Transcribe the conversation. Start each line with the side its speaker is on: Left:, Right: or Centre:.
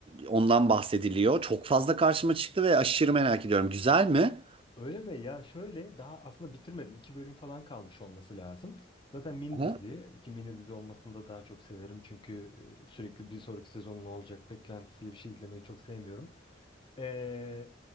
Right: ondan bahsediliyor. Çok fazla karşıma çıktı ve aşırı merak ediyorum. Güzel mi?
Left: Öyle mi? Ya şöyle daha aslında bitirmedim. İki bölüm falan kalmış olması lazım. Zaten mini
Right: Aha.
Left: dizi. Ki mini dizi olmasını da daha çok severim. Çünkü e, sürekli bir sonraki sezonun ne olacak beklentisiyle bir şey izlemeyi çok sevmiyorum. Ee,